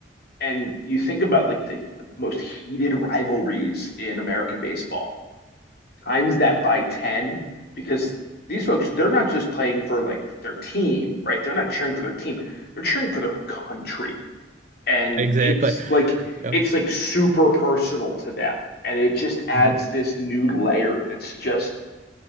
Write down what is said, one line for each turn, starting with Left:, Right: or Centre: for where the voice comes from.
Left: and you think about like the, the most heated rivalries in American baseball, times that by ten because these folks they're not just playing for like their team, right? They're not cheering for their team; they're cheering for their country and
Right: Exactly.
Left: it's like
Right: Yeah.
Left: it's like super personal to them and it just adds
Right: Mm-hmm.
Left: this new layer that's just